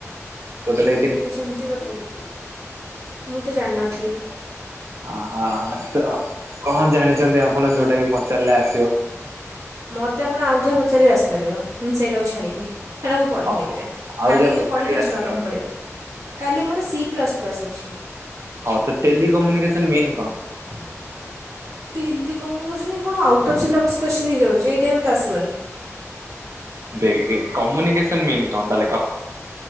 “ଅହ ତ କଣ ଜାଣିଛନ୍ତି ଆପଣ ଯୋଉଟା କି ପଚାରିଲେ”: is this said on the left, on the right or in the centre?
Right